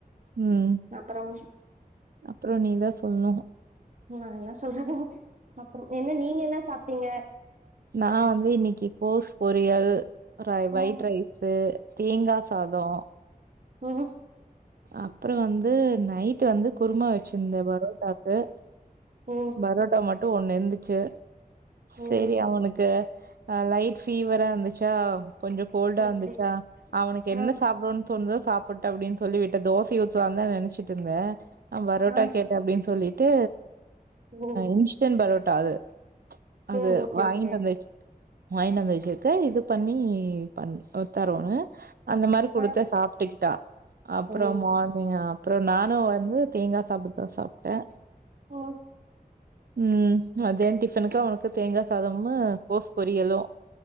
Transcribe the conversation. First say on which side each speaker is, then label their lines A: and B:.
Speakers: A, on the right; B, on the right.
A: ம்
B: அப்பறம்
A: அப்பறோ நீதா சொல்ணு
B: நா என்ன சொல்றது அப்பறோ என்ன நீங்க என்ன சாப்ட்டீங்க
A: நான் வந்து இன்னிக்கு கோஸ் பொரியல் ர ஒயிட்
B: ம்
A: ரைஸ்சு தேங்கா சாதோ
B: ஓ
A: அப்பறோ வந்து நைட் வந்து குருமா வச்சிருந்தேன் பரோட்டாக்கு.
B: ஓ
A: பரோட்டா மட்டும் ஒண்ணு இருந்துச்சு
B: ஓ
A: சேரி அவனுக்கு ஆ லைட் ஃபீவரா இருந்துச்சா கொஞ்சோ கோல்டா
B: ஓகே
A: இருந்துச்சா அவனுக்கு என்ன
B: ஆ
A: சாப்படணு தோனுதோ சாப்பட்டும் அப்டின் சொல்லிவிட்ட தோசைய ஊத்தலான்னு தான் நினச்சுட்டு இருந்தேன் அவன் பரோட்டா
B: ஆ
A: கேட் டான் அப்டின்னு சொல்லிட்டு
B: ஓ
A: இன்ஸ்டன்ட் பரோட்டா அது அது
B: ஓ ஓகே
A: வாங்கிட்டு
B: ஓகே
A: வந்து வச் வாய்ன்ட்டு வந்து இருக்க இது பண்ணி பண்த்தரவான்னு அந்த மாரி குடுத்தா
B: ஆ
A: சாப்பிட்டுக்கிட்டா அப்பறோ
B: ஓ
A: மார்னிங்கா அப்பறோ நானும் வந்து தேங்காய் சாப்பிடடுதான் சாப்ட்டேன்
B: ஓ
A: ம் மதியான் டிஃபனுக்கு அவனுக்கு தேங்காய் சாதம்மு கோஸ் பொரியலு